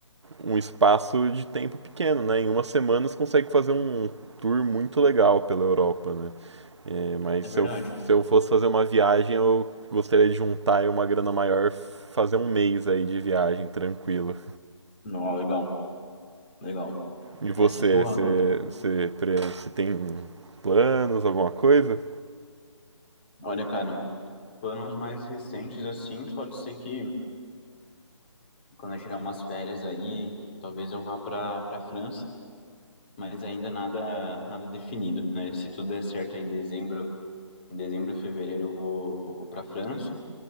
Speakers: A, on the right; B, on the left.
A: um espaço de tempo pequeno, né? Em uma semana você consegue fazer um tour muito legal pela Europa, né? É, mas
B: É
A: se
B: verdade.
A: eu, se eu fosse fazer uma viagem, eu gostaria de juntar aí uma grana maior, fazer um mês aí de viagem, tranquilo.
B: Não, legal, legal.
A: E você,
B: Nessa tua
A: você, você, pre- você tem planos, alguma coisa?
B: Olha, cara, planos mais recentes assim, pode ser que quando eu tirar umas férias aí, talvez eu vá para para França, mas ainda nada nada definido, né? Se tudo der certo aí em dezembro, em dezembro, fevereiro eu vou para França